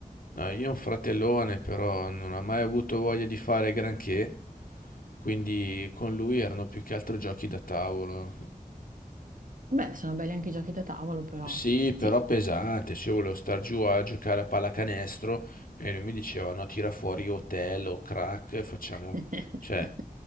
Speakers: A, on the left; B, on the right.
A: No, io ho un fratellone, però non ha mai avuto voglia di fare granché, quindi con lui erano più che altro giochi da tavolo.
B: Beh, sono belli anche i giochi da tavolo, però.
A: Sì,
B: Sì.
A: però pesante, cioè io volevo star giù a giocare a pallacanestro e lui mi diceva no, tira fuori hotel o crack, facciamo...
B: <laughs>
A: cioè